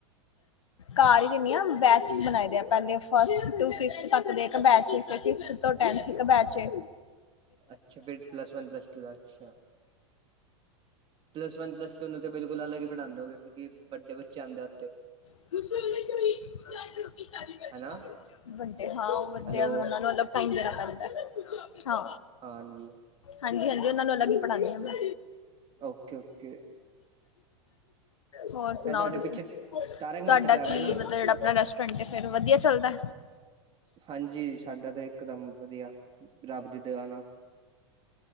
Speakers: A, on the left; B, on the right.
A: ਘਾਰ ਈ ਦੀਨੀ ਆ, ਬੈਚਿਸ ਬਣਾਈ ਦੇ ਆ ਪੈਲੈ ਫਸਟ ਟੂ ਫਿਫਥ ਤੱ ਕ ਦੇ ਇੱਕ ਬੈਚ ਏ ਫਿਫਥ ਤੋਂ ਟੈਨਥ ਇੱਕ ਬੈਚ ਏ।
B: ਅੱਛਾ। ਫਿਰ ਪਲੱਸ ਵਨ, ਪਲੱਸ ਟੂ ਦਾ ਅੱਛਾ। ਪਲੱਸ ਵਨ, ਪਲੱਸ ਟੂ ਨੂੰ ਤਾਂ ਬਿਲੁ ਅਲਗ ਈ ਪੜ੍ਹਾਂਦੇ ਹੋਗੇ ਕਿਉਂਕੀ ਵੱਡੇ ਬੱਚੇ ਆਂਦੇ ਉੱਥ?
A: <unintelligible>
B: ਹਨਾ
A: ਵੱਡੇ ਹਾਂ, ਓ ਵੱਡੇ
B: ਹੈਲੋ
A: ਆ ਫੇਰ ਓਨਾਂ ਨੂੰ ਟਾਈਮ ਦੇਣਾ ਪੈਂਦੈ ਹਾਂ।
B: ਹਾਂਜੀ।
A: ਹਾਂਜੀ-ਹਾਂਜੀ। ਉਨਾ ਨੂੰ ਅਲਗ ਈ ਪੜ੍ਹਾਨੀ ਆ ਮੈਂ।
B: ਓਕੇ ਓਕੇ
A: ਹੋਰ
B: ਇਹ
A: ਸੁਣਾਓ
B: ਤੁਹਾਡੇ
A: ਤੁਸੀਂ,
B: ਪਿੱਛੇ
A: ਤੁਹਾਡਾ
B: ਤਾਰਕ ਮਹਿਤਾ ਚੱਲ
A: ਕੀ
B: ਰਿਹਾ ਨਾ
A: ਮਤਲਬ ਜੇੜਾ ਆਪਣਾ ਰੈਸ ਟੋਰੇਂਟ ਐ ਫੇਰ ਵਧੀਆ ਚੱਲਦਾ?
B: ਹਾਂਜੀ। ਸਾਡਾ ਤਾਂ ਇਕਦਮ ਵਧੀਆ, ਰੱਬ ਦੀ ਦਿਆ ਨਾ।